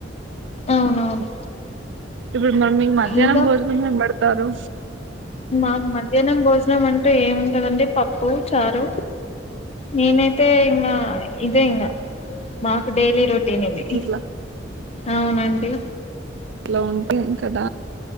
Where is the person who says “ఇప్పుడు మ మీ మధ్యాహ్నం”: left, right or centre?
Right